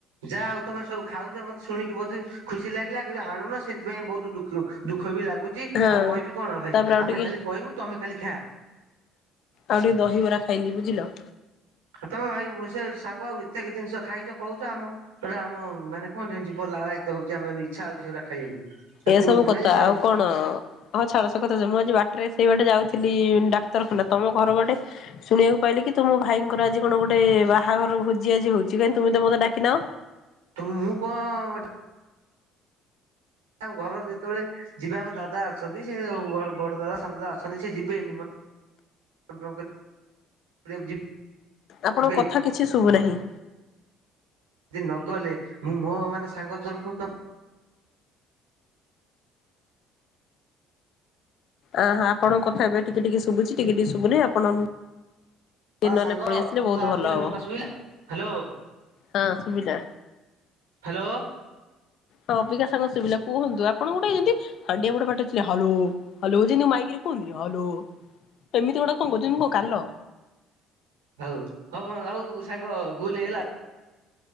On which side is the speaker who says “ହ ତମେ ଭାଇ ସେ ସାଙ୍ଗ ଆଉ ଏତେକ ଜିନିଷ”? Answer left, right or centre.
Right